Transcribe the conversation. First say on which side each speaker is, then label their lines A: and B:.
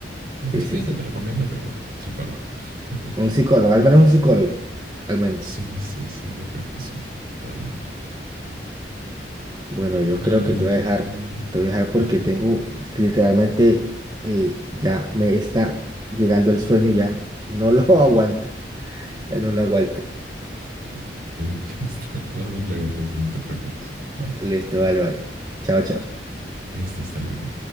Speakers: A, on the right; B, on the right.
A: Aunque
B: Sí,
A: el psiquiatra
B: sí, sí.
A: te recomienda, pero bueno, psicólogo. <laughs>
B: Un psicólogo, al menos un psicólogo, al menos.
A: Sí, sí, sí, yo creo que sí, realmente.
B: Bueno, yo creo
A: Y...
B: que te voy a dejar, te voy a dejar
A: ajá,
B: porque tengo, literalmente, eh, ya me está llegando el sueño, ya no lo <laughs> aguanto, ya no lo aguanto.
A: <laughs> Bien, <laughs> listo. Hablamos luego, entonces no te preocupes. Vale,
B: Listo, vale, vale. Chao, chao.
A: listo, hasta luego.